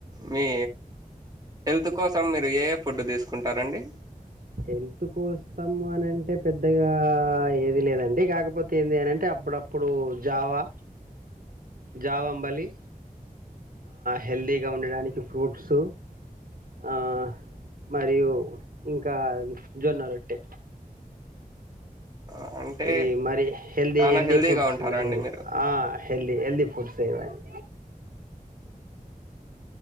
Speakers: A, on the right; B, on the right.
A: మీ హెల్త్ కోసం మీరు ఏఏ ఫుడ్ తీసుకుంటారండి
B: హెల్త్ కోసం అనంటే పెద్దగా ఏది లేదండి కాకపోతే కాకపోతే ఏంది అనంటే అప్పుడప్పుడు జావా జావ అంబలి హెల్దీగా ఉండడానికి ఫ్రూట్స్ ఆ మరియు ఇంకా జొన్న రొట్టె
A: ఆ, అంటే
B: ఇవి మరి హెల్ది
A: చాలా
B: హెల్దీ
A: హెల్తీగా
B: ఫుడ్స్
A: ఉంటారా
B: ఎలా
A: అండి
B: ఇవి
A: మీరు
B: ఆ హెల్ది హెల్ది ఫుడ్సే ఇవన్నీ